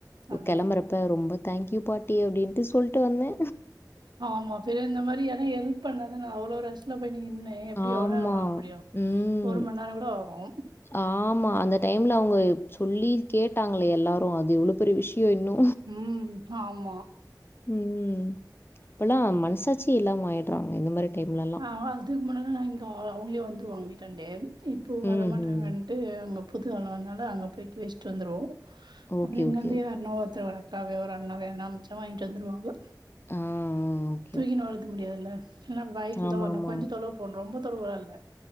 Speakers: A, on the right (about 85°); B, on the left (about 30°).
A: அதா
B: கெளம்பறப்ப ரொம்ப தேங்க்யூ பாட்டி அப்டின்ட்டு சொல்ட்டு வந்தே
A: ஆமா செரி இந்த மாரி யாருனா எல்ப் பண்ணாதா நா அவ்ளோ ரஸ்ல போய் நின்னே எப்டி
B: ஆமா.
A: எவ்ளோ நேரோ வாங்க முடியு
B: ம்.
A: ஒரு மண் நேரோ கூட ஆகு
B: ஆமா அந்த டைம்ல அவங்க சொல்லி கேட்டாங்களே எல்லாரு அது எவ்ளோ பெரிய விஷயோ இன்னு
A: ம் ஆம்
B: ம் இப்பல்லா மனசாட்சியே இல்லாம ஆய்ட்றாங்க இந்த மாரி டைம்லலாம்.
A: அ அதுக்கு முன்னனா நா இங்க அவங்களே வந்துருவாங்க வீட்டாண்டே இப்போ வரமாட்டாங்கன்
B: ம்ஹ்ம்.
A: அங்க புது <unintelligible> அங்க போயிட்டு வச்சிட்டு வந்துருவோம்
B: ஓகே,
A: அப்பறம் இங்கந்து
B: ஓகே.
A: <unintelligible> க்காக ஒரு அண்ணா வேணா அனுச்சா வாங்கிட்டு வந்துருவாங்க
B: அ அ அ
A: தூக்கின்னு வரதுக்கு முடியாதுல்ல இல்லா பைக்ல
B: ஆமாமா.
A: தா வரணு கொஞ்சோ தொலைவு போணும் ரொம்ப தொலைவுல இல்ல